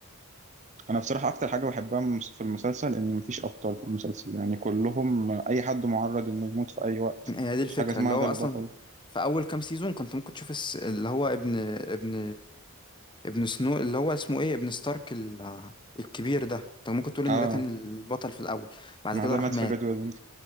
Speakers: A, on the right; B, on the left.
A: انا بصراحة اكتر حاجة بحبها مس- في المسلسل ان مفيش ابطال في المسلسل يعني كلهم اي حد معرض انه يموت في اي وقت
B: هي دي الفكره
A: مفيش حاجة اسمها
B: اللي هو
A: ده
B: اصلا
A: البطل
B: في اول كام سيزون كنت ممكن تشوف الس- اللي هو ابن ابن ابن سنو اللي هو اسمه ايه ابن ستارك ال- الكبير ده انت ممكن تقول ان
A: اه
B: ده كان البطل في الاول بعد
A: ما
B: كده
A: ده
B: راح
A: مات
B: مات
A: في الريد ويدنج